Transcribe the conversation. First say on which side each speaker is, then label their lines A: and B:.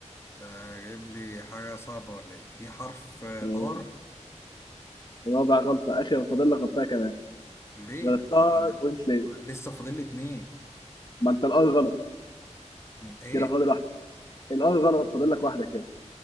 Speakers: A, on the left; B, on the left.
A: انت جايب لي حاجة صعبة ولا ايه في حرف ار
B: آه رابع غلطة اخر فاضل لك غلطة كمان
A: ليه
B: غلطتها
A: ده, ده
B: بوينت ليه
A: لسه فاضل لي اتنين
B: ما انت الار غلط
A: أم- ايه
B: كده فاضل واحدة الار غلط فاضل لك واحدة كده